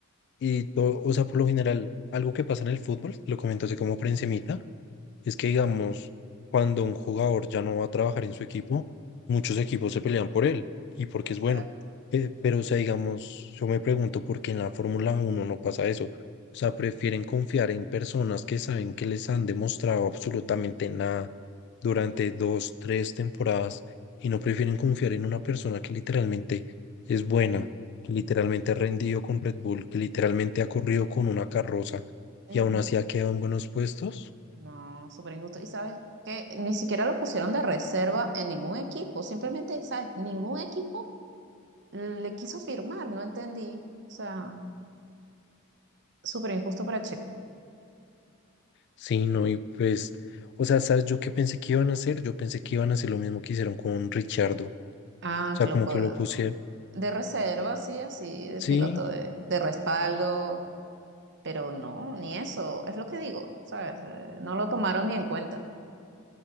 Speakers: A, on the left; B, on the right.
A: y todo, o sea, por lo general, algo que pasa en el fútbol, lo comento así como por encimita, es que, digamos, cuando un jugador ya no va a trabajar en su equipo, muchos equipos se pelean por él y porque
B: exacto.
A: es bueno. Eh, pero, o sea, digamos, yo me pregunto por qué en la Fórmula uno no pasa eso. O sea, prefieren confiar en personas que saben que les han demostrado absolutamente nada durante dos, tres temporadas y no prefieren confiar en una persona que literalmente es buena, que literalmente ha rendido con Red Bull, que literalmente ha corrido con una carroza
B: Eso.
A: y aún así ha quedado en buenos puestos.
B: No, súper injusto. Y sabes que ni siquiera lo pusieron de reserva en ningún equipo. Simplemente, ¿sabes? Ningún equipo le quiso firmar, no entendí. O sea, súper injusto para Checo.
A: Sí, no, y pues, o sea, ¿sabes yo qué pensé que iban a hacer? Yo pensé que iban a hacer lo mismo que hicieron con Richardo. O
B: Ah,
A: sea,
B: que
A: como
B: lo pueda.
A: que lo pusieron.
B: De reserva, sí, así, de
A: Sí,
B: piloto de, de respaldo. Pero no, ni eso. Es lo que digo, ¿sabes? Eh, no lo tomaron ni en cuenta.